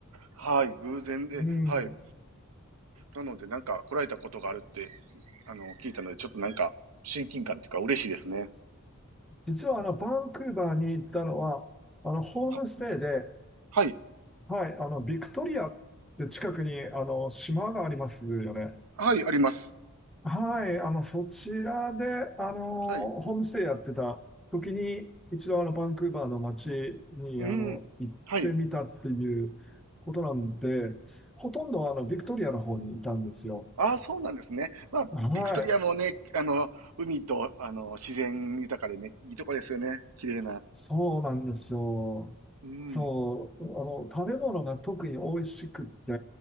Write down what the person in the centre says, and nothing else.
うん。
実はあの、バンクーバーに行ったのは、あの、ホームステイで、
はい、あの、ビクトリアって近くに、あの、島がありますよね。
はい、あの、そちらで、あの、
ホームステイやってた時に、一度あの、バンクーバーの街に、
あの、行ってみたっていうことなんで、
ほとんどあの、ビクトリアの方にいたんですよ。
はい。
そうなんですよ。
そう。あの、食べ物が特に美味しくって、